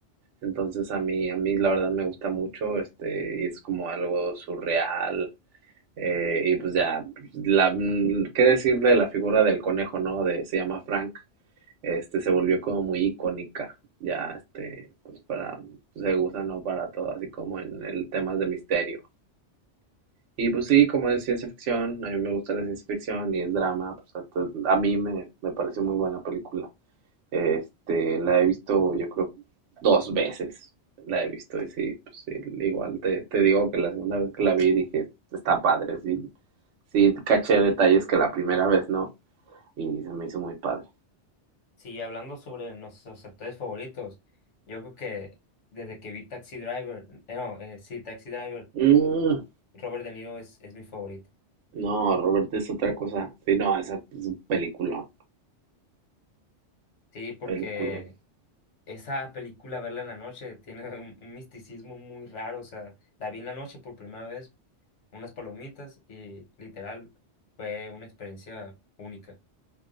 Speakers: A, on the right; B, on the left.
A: entonces a mí, a mí la verdad me gusta mucho, este, y es como algo surreal. eh, y pues ya, la, mm, qué decir de la figura del conejo, ¿no? De, se llama Frank, este, se volvió como muy icónica, ya, este, pues para, se usa, ¿no? Para todo, así como en el temas de misterio. Y pues sí, como es ciencia ficción, a mí me gusta la ciencia ficción y es drama, pues a, a mí me, me pareció muy buena película. Este, la he visto, yo creo, dos veces. La he visto y sí, pues sí, igual te, te digo que la segunda vez que la vi dije, está padre, sí, sí, caché detalles que la primera vez no, y se me hizo muy padre.
B: Sí, hablando sobre nuestros actores favoritos, yo creo que desde que vi Taxi Driver, eh, no, eh, sí, Taxi Driver,
A: Mm,
B: Robert De Niro es, es mi favorito.
A: no, Robert es otra cosa. Sí, no, esa es un peliculón,
B: Sí, porque
A: peliculón.
B: Esa película, verla en la noche, tiene un, un misticismo muy raro. O sea, la vi en la noche por primera vez, unas palomitas y literal fue una experiencia única.